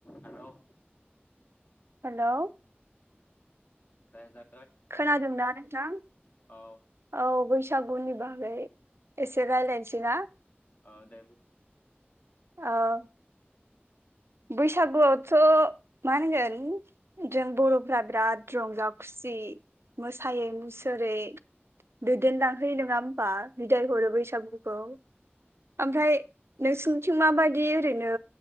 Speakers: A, on the left; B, on the right.
A: Hello
B: hello
A: दे जा
B: खोनादोंना नोंथां।
A: औ
B: औ बैसागुनि बागै एसे रायलायसै ना।
A: ओ दे बु
B: औ बैसागुआवथ' मा होनगोन जों बर'फ्रा बिराद रंजा खुसि सि मोसायै मुसुरै दैदेन लां है नङा होमबा? बिदाय हरो
A: उम
B: बैसागुखौ ओमफ्राय नोंसिनिथिं माबायदि ओरैनो